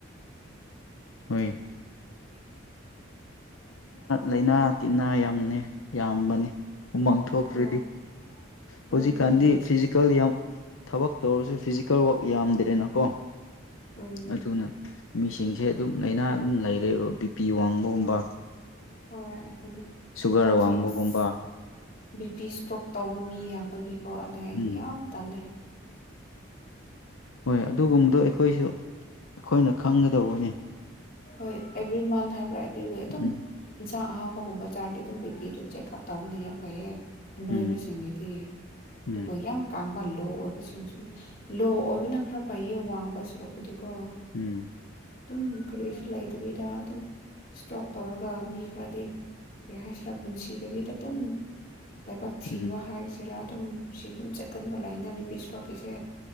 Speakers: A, on the left; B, on the left.
A: ꯍꯣꯏ ꯂꯥꯏꯅꯥ ꯇꯤꯟꯅꯥ ꯌꯥꯝꯅꯤ ꯌꯥꯝꯕꯅꯤ ꯎꯃꯥꯡ ꯊꯣꯛꯇꯔꯗꯤ
B: ꯍꯣꯏ ꯍꯣꯏ
A: ꯍꯧꯖꯤꯛꯀꯥꯟꯗꯤ
B: ꯑꯗꯨꯅꯤ
A: ꯐꯤꯖꯤꯀꯦꯜ ꯌꯥꯝ ꯊꯕꯛ ꯇꯧꯔꯁꯨ ꯐꯤꯖꯤꯀꯦꯜ ꯋꯥꯛ ꯌꯥꯝꯗ꯭ꯔꯦꯅꯀꯣ
B: ꯎꯝ
A: ꯑꯗꯨꯅ ꯃꯤꯁꯤꯡꯁꯦ ꯑꯗꯨꯝ ꯂꯥꯏꯅꯥ ꯑꯗꯨꯝ ꯂꯩꯔꯦꯕ ꯕꯤꯄꯤ ꯋꯥꯡꯕꯒꯨꯝꯕ
B: ꯍꯣꯏ ꯑꯗꯨꯅꯤ
A: ꯁꯨꯒꯔ
B: ꯍꯟꯗꯛꯁꯦ
A: ꯋꯥꯡꯕꯒꯨꯝꯕ
B: ꯑꯁ ꯕꯤ ꯄꯤ ꯏꯁꯇ꯭ꯔꯣꯛ ꯇꯧꯕ ꯃꯤ ꯌꯥꯝꯕꯒꯤꯀꯣ ꯑꯗꯨꯂ ꯑꯩꯗꯤ
A: ꯎꯝ
B: ꯌꯥꯝ ꯇꯜꯂꯦ
A: ꯍꯣꯏ ꯑꯗꯨꯒꯨꯝꯕꯗꯣ
B: ꯑꯗꯨꯒꯤ
A: ꯑꯩꯈꯣꯏꯁꯨ ꯑꯩꯈꯣꯏꯅ ꯈꯪꯒꯗꯧꯕꯅꯤ
B: ꯍꯣꯏ ꯑꯦꯕ꯭ꯔꯤ ꯃꯟ ꯍꯥꯏꯕ꯭ꯔꯥ ꯑꯦꯕ꯭ꯔꯤ ꯋꯤꯛ ꯑꯗꯨꯝ
A: ꯎꯝ
B: ꯏꯟꯁꯥꯡ ꯑꯍꯥꯞꯄꯒꯨꯝꯕ ꯆꯥꯔꯗꯤ ꯑꯗꯨꯝ ꯕꯤꯄꯤꯗꯨ ꯆꯦꯛꯑꯞ ꯇꯧꯕꯅ ꯌꯥꯝ ꯐꯩꯌꯦ ꯅꯣꯏꯕꯁꯤꯡꯒꯤꯗꯤ
A: ꯎꯝ
B: ꯑꯗꯨꯒ
A: ꯎꯝ
B: ꯌꯥꯝ ꯀꯥꯡꯕ ꯂꯣ ꯑꯣꯏꯕꯁꯤꯡꯁꯨꯅꯦ ꯂꯣ ꯑꯣꯏꯕꯅ ꯈꯔ ꯐꯩꯌꯦ ꯋꯥꯡꯕ ꯁꯨꯔꯛꯄꯨꯗꯤꯀꯣ
A: ꯎꯝ
B: ꯑꯗꯨꯝ ꯀꯔꯤꯁꯨ ꯂꯩꯇꯕꯤꯗ ꯑꯗꯨꯝ ꯏꯁꯇ꯭ꯔꯣꯛ ꯇꯧꯔꯒ ꯃꯤ ꯈꯔꯗꯤ ꯑꯩ ꯍꯥꯏꯁꯤꯔꯥ ꯄꯨꯟꯁꯤꯗꯕꯤꯗ ꯑꯗꯨꯝ ꯂꯥꯏꯕꯛ ꯊꯤꯕ
A: ꯎꯝ
B: ꯍꯥꯏꯁꯤꯔꯥ ꯑꯗꯨꯝ ꯁꯤ ꯑꯗꯨꯝ ꯆꯠꯀꯟꯕ ꯂꯥꯏꯌꯦꯅꯕꯤ ꯄꯤꯕꯤ ꯁ꯭ꯇꯔꯣꯛ ꯁꯦ